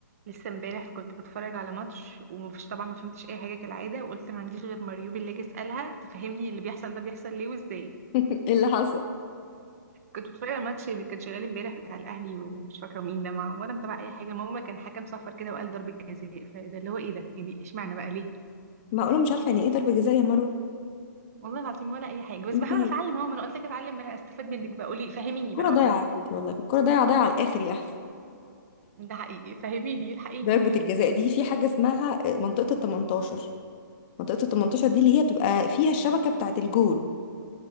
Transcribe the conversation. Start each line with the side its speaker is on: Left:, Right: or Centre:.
Right: لسه امبارح كنت بتفرج على ماتش ومفيش طبعا ما فهمتش اي حاجه كالعاده وقلت ما عنديش غير مريوبي اللي اجي اسالها تفهمني اللي بيحصل ده بيحصل ليه وازاي
Left: ايه اللي حصل
Right: كنت بتفرج على ماتش اللي كان شغال امبارح بتاع الاهلي ومش فاكره مين ده مع ولا متابعه اي حاجه ماما كان حكم صفر كده وقال ضربه جزاء فده اللي هو ايه ده يعني اشمعنى بقى ليه
Left: معقوله مش عارفه يعني ايه ضربه جزاء يا مروه
Right: والله العظيم ولا اي حاجه بس
Left: انت
Right: بحاول اتعلم اهو ما انا قلت لك اتعلم ما أنا استفاد منك بقى قولي فهميني
Left: الكره
Right: بقى
Left: ضايعه
Right: واحده واحده
Left: يا بنتي والله الكره ضايعه ضايعه على الاخر يا اخي
Right: ده حقيقي فهميني الحقيني
Left: ضربه الجزاء دي في حاجه اسمها آه، منطقه ال 18 منطقه ال 18 دي اللي هي بتبقى فيها الشبكه بتاعه الجون